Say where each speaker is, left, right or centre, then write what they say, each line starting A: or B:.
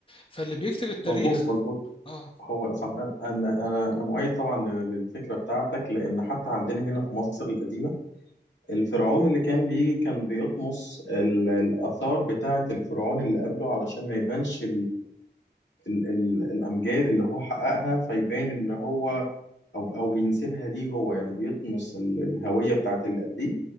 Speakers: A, on the left; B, on the left.
A: فاللي بيكتب التاريخ
B: مظبوط مظبوط
A: اه
B: هو صح انا انا انا مؤيد طبعا لل- للفكرة بتاعتك لان حتى عندنا هنا في مصر القديمة الفرعون اللي كان بيه كان بيطمس ال- الاثار بتاعة الفرعون اللي قبله علشان ما يبانش ال ال الامجاد اللي هو حققها فيبان ان هو او او بينسبها ليه هو يعني بيطمس ال- الهويه بتاعت اللي قبليه